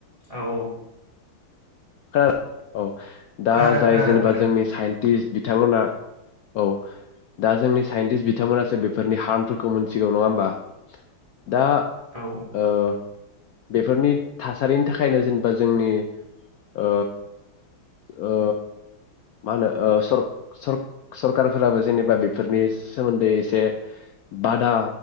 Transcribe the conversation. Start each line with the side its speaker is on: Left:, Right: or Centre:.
Right: औ
Left: <unintelligible> औ दा
Right: खोनादों
Left: जाय
Right: खोनादों
Left: जेनेबा
Right: खोनादों
Left: जोंनि साइन्टिस्ट बिथांमोना औ दा जोंनि साइन्टिस बिथांमोनासो बेफोरनि हार्मफोरखौ मोनथिगौ नङा होमबा। दा
Right: औ
Left: ओ बेफोरनि थासारिनि थाखायनो जेनेबा जोंनि ओ ओ मा होनो ओ सर-सर-सरखाराफोराबो जेनेबा बेफोरनि सोमोन्दै एसे बादा